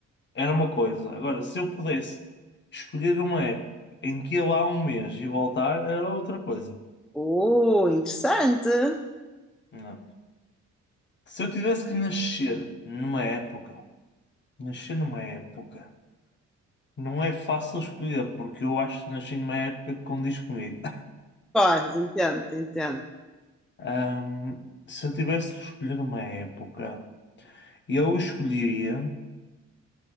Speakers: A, on the left; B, in the centre.
A: era uma coisa. Agora, se eu pudesse escolher uma época em que ir lá um mês e voltar, era outra coisa.
B: Oh, interessante.
A: Não. Se eu tivesse que nascer numa época, nascer numa época, não é fácil escolher, porque eu acho que nasci numa época que condiz comigo.
B: Pois, entendo, entendo.
A: Hum, se eu tivesse que escolher uma época, eu escolheria